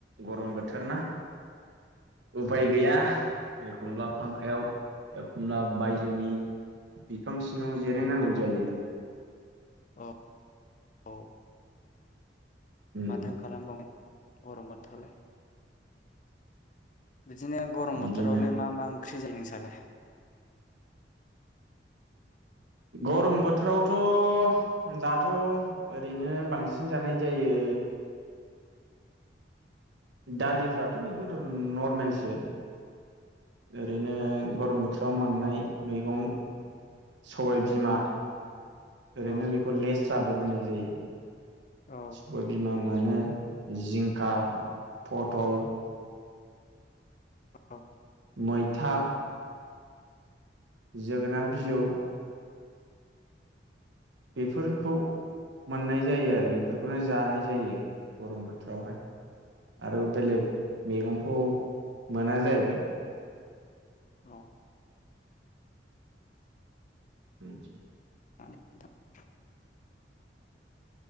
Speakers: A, on the right (about 80°); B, on the left (about 45°).
A: गरम बोथोर ना। उफाय गैया
B: बिदि
A: एखमब्ला फांखायाव एखमब्ला बायजोनि बिफां सिङाव जिराय नांगौ जायो।
B: औ औ।
A: उम
B: माथो खालामबावनो। गरम बोथोराव लाय। बिदिनो गरम
A: बिदिनो
B: बोथोरावलाय मा मा ओं ख्रि जायो नोंसालाय?
A: गरम बोथोरावथ' दाथ' ओरैनो बांसिन जानाय जायो दालिफ्राथ' बेफोर र नरमेलसो। ओरैनो
B: औ
A: गरम बोथोराव मोननाय मैगं सबाय बिमा ओरैनो
B: औ
A: बेखौ लेस स्राबो होननाय जायो।
B: औ
A: सबाय बिमा। मोनो जिंखा, पथल
B: औ।
A: मैथा जोगोनार बिजौ
B: औ
A: बेफोरखौ मोननाय जायो आरो बेफोरखौनो जानाय जायो गरम बोथोरावहाय आरो बेलेग मैगंखौ मोना जाहैबाय।
B: अ।
A: उम।
B: <inaudible>